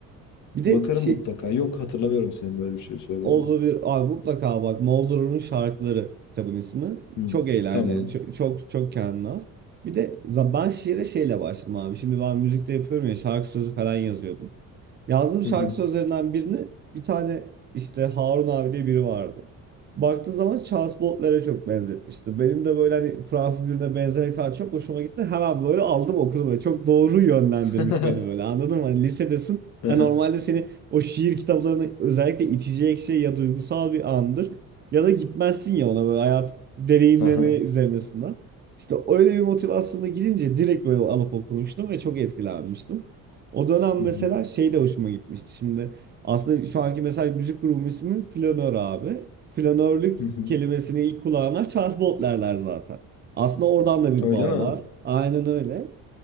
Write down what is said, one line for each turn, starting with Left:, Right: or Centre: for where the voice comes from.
Right: Bir de
Left: Bakarım
Right: şey
Left: mutlaka. Yok hatırlamıyorum senin böyle bir şey söylediğini.
Right: Olabilir. Abi mutlaka bak Moldor'un şarkıları kitabın ismi.
Left: Hı.
Right: Çok eğlenceli.
Left: Tamam.
Right: Çok çok, çok kendine has. Bir de za- ben şiire şeyle başladım abi. Şimdi ben müzikte yapıyorum ya şarkı sözü falan yazıyordum. Yazdığım şarkı
Left: Hı hı.
Right: sözlerinden birini bir tane işte Harun abi diye biri vardı. Baktığı zaman Charles Baudelaire çok benzetmişti. Benim de böyle hani Fransız birine benzemek falan çok hoşuma gitti. Hemen böyle aldım okudum. Böyle çok doğru yönlendirmiş
Left: <laughs>
Right: beni böyle anladın mı? Hani lisedesin.
Left: Hı
Right: Ha normalde seni o şiir kitaplarını özellikle itecek şey ya duygusal bir andır. Ya da gitmezsin ya ona böyle hayat deneyimleme
Left: Aha.
Right: üzerinesinden. İşte öyle bir motivasyonla gidince direkt böyle alıp okumuştum ve çok etkilenmiştim. O dönem
Left: Hı
Right: mesela
Left: hı.
Right: şey de hoşuma gitmişti. Şimdi aslında şu anki mesela müzik grubum ismi Flanör abi. Flanörlük
Left: Hı hı.
Right: kelimesini ilk kulağına Charles Baudelaire zaten. Aslında oradan da bir
Left: Öyle
Right: bağ
Left: mi?
Right: var. Aynen öyle.